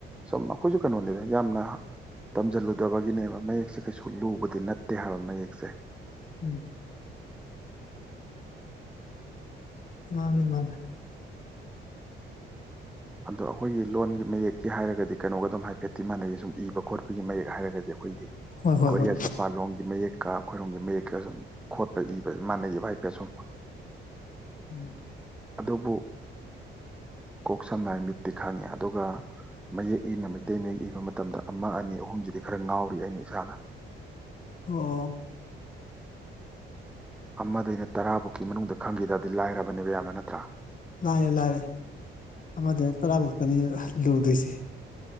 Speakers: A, in the centre; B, on the left.
A: ꯁꯨꯝ ꯑꯈꯣꯏꯁꯨ ꯀꯩꯅꯣꯅꯤꯗ ꯌꯥꯝꯅ ꯇꯝꯖꯜꯂꯨꯗꯕꯒꯤꯅꯦꯕ ꯃꯌꯦꯛꯁꯦ ꯀꯩꯁꯨ ꯂꯨꯕꯗꯤ ꯅꯠꯇꯦ ꯍꯥꯏꯕ ꯃꯌꯦꯛꯁꯦ
B: ꯎꯝ ꯃꯥꯅꯤ ꯃꯥꯅꯦ
A: ꯑꯗꯣ ꯑꯈꯣꯏꯒꯤ ꯂꯣꯟꯒꯤ ꯃꯌꯦꯛꯀꯤ ꯍꯥꯏꯔꯒꯗꯤ ꯀꯩꯅꯣꯒ ꯑꯗꯨꯝ ꯍꯥꯏꯐꯦꯠꯇꯤ ꯃꯥꯟꯅꯩꯌꯦ ꯁꯨꯝ ꯏꯕ ꯈꯣꯠꯄꯒꯤ ꯃꯌꯦꯛ ꯍꯥꯏꯔꯒꯗꯤ ꯑꯈꯣꯏꯒꯤ
B: ꯍꯣꯏ ꯍꯣꯏ
A: ꯀꯣꯔꯤꯌꯥ
B: ꯍꯣꯏ
A: ꯖꯄꯥꯟ ꯂꯣꯝꯒꯤ ꯃꯌꯦꯛ ꯀꯥ ꯑꯈꯣꯏꯔꯣꯝꯒꯤ ꯃꯌꯦꯛꯀ ꯁꯨꯝ ꯈꯣꯠꯄ ꯏꯕꯖꯦ ꯃꯥꯟꯅꯩꯌꯦꯕ ꯍꯥꯏꯐꯦꯠ ꯁꯨꯝ
B: ꯎꯝ
A: ꯑꯗꯨꯕꯨ ꯀꯣꯛ ꯁꯝꯅ ꯂꯥꯏ ꯃꯤꯠꯇꯤ ꯈꯪꯉꯦ ꯑꯗꯨꯒ ꯃꯌꯦꯛ ꯏꯅ ꯃꯩꯇꯩ ꯃꯌꯦꯛ ꯏꯕ ꯃꯇꯝꯗ ꯑꯃ ꯑꯅꯤ ꯑꯍꯨꯝꯁꯤꯗꯤ ꯈꯔ ꯉꯥꯎꯔꯤ ꯑꯩꯅ ꯏꯁꯥꯅ
B: ꯑꯣ
A: ꯑꯃꯗꯩꯅ ꯇꯔꯥꯕꯨꯛꯀꯤ ꯃꯅꯨꯡꯗ ꯈꯪꯈꯤ ꯇꯗꯤ ꯂꯥꯏꯔꯕꯅꯦꯕ ꯌꯥꯝꯅ ꯅꯠꯇ꯭ꯔꯥ
B: ꯂꯥꯏꯔꯦ ꯂꯥꯏꯔꯦ ꯑꯃꯗꯩꯅ ꯇꯔꯥꯕꯨꯛꯇꯅꯤ ꯂꯨꯗꯣꯏꯁꯦ